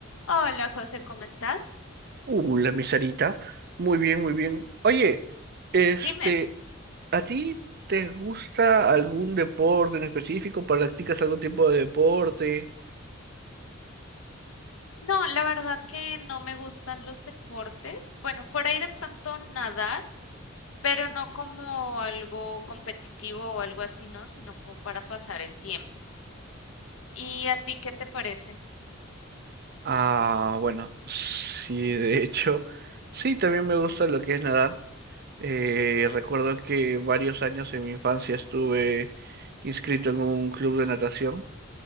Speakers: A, on the left (about 80°); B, on the right (about 50°).
A: Hola José, ¿cómo estás?
B: Uh, la miserita. Muy bien, muy bien. Oye, este,
A: Dime,
B: ¿a ti te gusta algún deporte en específico? ¿Practicas algún tipo de deporte?
A: no, la verdad que no me gustan los deportes. Bueno, por ahí de pronto nadar, pero no como algo competitivo o algo así, ¿no? Sino como para pasar el tiempo. ¿Y a ti qué te parece?
B: Ah, bueno, sí, de hecho, sí, también me gusta lo que es nadar. Eh, recuerdo que varios años en mi infancia estuve inscrito en un club de natación,